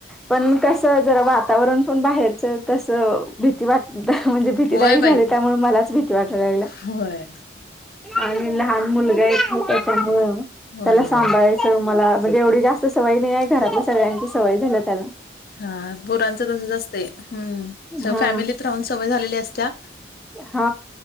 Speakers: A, in the centre; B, on the left.
A: पण कस जरा वातावरण पण बाहेरच तस भीती वाट म्हणजे भीतीदायक
B: होय
A: झाले
B: बाई
A: त्यामुळे मलाच भीती वाटायला लागला.
B: होय
A: आणि लहान मुलगा एक आहे त्याच्यामुळं
B: होय
A: त्याला
B: होय.
A: सांभाळायचं. तर मला म्हणजे एवढी जास्त सवय नाही आहे घरातल्या सगळ्यांची सवय झालं त्याला.
B: हा पोरांचं तसच असते हम्म
A: हा
B: फॅमिलीत राहून सवय झालेली असत्या.
A: हा